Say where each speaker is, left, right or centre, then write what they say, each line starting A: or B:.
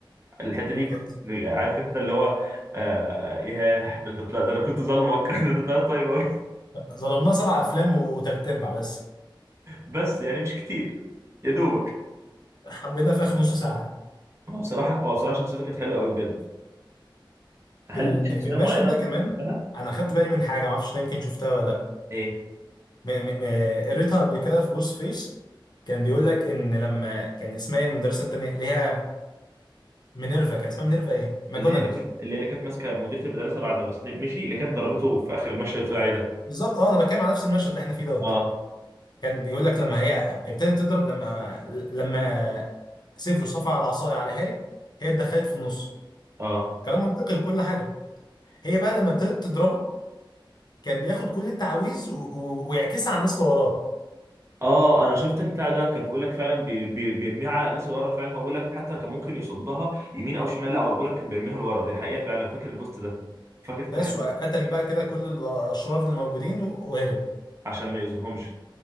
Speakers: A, on the right (about 30°); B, on the left (about 55°).
A: الحته
B: مم.
A: دي كانت عارف انت اللي هو آه ياه ده انت طلع ده انا كنت ظالمك <laughs> ده انت طلعت طيب قوي
B: <laughs> ظلمناه سبع افلام وتلات ارباع بس
A: بس يعني مش كتير يا دوبك
B: حبينا في اخر نص ساعه
A: هو بصراحة هو بصراحة شخصيته كانت حلوة قوي بجد هل
B: في ال-
A: ليك شخصية
B: في المشهد
A: معينة
B: ده كمان
A: بتحبها؟
B: انا خدت بالي من حاجه معرفش ده يمكن شفتها ولا
A: ايه
B: م- م- م- قريتها قبل كده في بوس فيس كان بيقول لك ان لما كان اسمها إيه المدرسه التانيه اللي هي مينيرفا كان اسمها مينيرفا ايه ماجوناجل
A: اللي هي اللي كانت اللي هي اللي كانت ماسكة مديرة المدرسة بعد ما سنيب مشي اللي كانت ضربته في آخر المشهد اللي بتقول عليه ده
B: بالظبط اه انا بتكلم على نفس المشهد اللي احنا فيه دوت
A: اه
B: كان بيقول لك لما هي ابتدت تضرب لما لما سيفروس رفع العصايه على هاري هي اتدخلت في النص
A: اه
B: كلام منطقي وكل حاجه هي بقى لما ابتدت تضربه كان بياخد كل التعاويذ و- و- ويعكسها على الناس اللي وراه
A: اه انا شفت البتاع ده كان بيقول لك فعلا بي- بي- بيرميها على الناس اللي ورا فعلا هو بيقول لك حتى كان ممكن يصدها يمين او شمال لا هو بيقول لك كان بيرميها لورا دي حقيقة فعلا فاكر البوست ده فاكر التحليل
B: بس وقتل
A: ده
B: بقى كده كل الاشرار اللي موجودين و- وهرب
A: عشان ما يأذوهمش